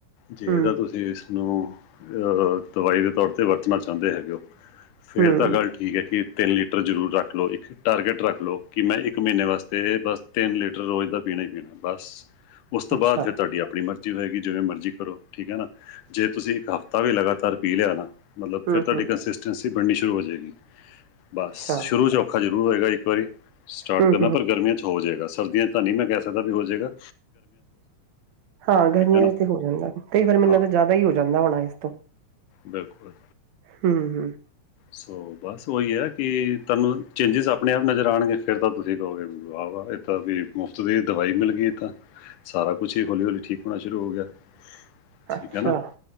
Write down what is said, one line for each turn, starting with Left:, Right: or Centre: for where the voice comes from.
Left: ਜੇ
Right: ਹਮ
Left: ਤਾਂ ਤੁਸੀਂ ਨੂੰ, ਅ ਦਵਾਈ ਦੇ ਤੌਰ ਤੇ ਵਰਤਨਾ ਚਾੰਦੇ ਹੈਗੇ ਓ ਫੇਰ
Right: ਹਮ
Left: ਤਾਂ ਗੱਲ ਠੀਕ ਹੈ ਕਿ ਤਿੰਨ ਲੀਟਰ ਜ਼ਰੂਰ ਰੱਖ ਲਓ ਇੱਕ ਟਾਰਗੇਟ ਰੱਖ ਲਓ, ਕਿ ਮੈਂ ਇੱਕ ਮਹੀਨੇ ਵਾਸਤੇ ਬਾੱਸ ਤਿੰਨ ਲੀਟਰ ਰੋਜ਼ ਦਾ ਪੀਣਾ ਈ ਪੀਣੈ ਬਾੱਸ। ਉਸ ਤੋਂ
Right: ਅੱਛਾ
Left: ਬਾਅਦ ਫੇਰ ਤੁਹਾਡੀ ਅਪਣੀ ਮਰਜ਼ੀ ਹੋਏਗੀ ਜਿਵੇਂ ਮਰਜ਼ੀ ਕਰੋ ਠੀਕ ਏ ਨਾ, ਜੇ ਤੁਸੀਂ ਇੱਕ ਹਫ ਤਾਵੀ ਲਗਾਤਾਰ ਪੀ ਲੇਆ ਨਾ, ਮਤਲਬ
Right: ਹਮ
Left: ਫੇਰ ਤੁਆਡੀ
Right: ਹਮ
Left: ਕੰਸਿਸਟੈਂਸੀ ਬਣਨੀ ਸ਼ੁਰੂ ਹੋ ਜੇਗੀ। ਬਾੱਸ
Right: ਅੱਛਾ
Left: ਸ਼ੁਰੂ ਚ ਔਖਾ ਜ਼ਰੂਰ ਹੋਏਗਾ ਇੱਕ ਵਾਰੀ, ਸਟਾਰਟ
Right: ਹਮ
Left: ਕਰਨਾ
Right: ਹਮ
Left: ਪਰ ਗਰਮੀਆਂ ਚ ਹੋ ਜੇਗਾ ਸਰਦੀਆਂ ਤਾਂ ਨੀ ਮੈਂ ਕੈ ਸਕਦਾ ਵੀ ਹੋ ਜੇਗਾ।
Right: ਹਾਂ ਗਰਮੀਆਂ
Left: ਨਾ
Right: ਚ ਤੇ ਹੋ ਜਾਂਦਾ ਵੇ ਕਈ ਵਾਰ ਮੈਨ
Left: ਹਾਂ
Right: ਲੱਗਦੈ ਜਾਦਾ ਈ ਓ ਜਾਂਦਾ ਹੋਣਾ ਇਸ ਤੋਂ
Left: ਬਿਲਕੁਲ।
Right: ਹੂੰ, ਹੂੰ।
Left: ਸੋ ਬਾੱਸ ਓਈ ਐ ਕੀ ਤਾਨੂੰ ਚੇਂਜਿਸ ਅਪਣੇ ਆਪ ਨਜ਼ਰ ਆਣਗੇ ਫੇਰ ਤਾਂ ਤੁਸੀਂ ਕਓਗੇ ਵਾ-ਵਾ ਏ ਤਾਂ ਵੀ ਮੁਫ਼ਤ ਦੀ ਦਵਾਈ ਮਿਲ ਗਈ ਏ ਤਾਂ। ਸਾਰਾ ਕੁਛ ਈ ਹੌਲੀ-ਹੌਲੀ ਠੀਕ ਹੋਣਾ ਸ਼ੁਰੂ ਹੋ ਗੇਆ। ਠੀਕ
Right: ਅੱਛਾ
Left: ਏ ਨਾ,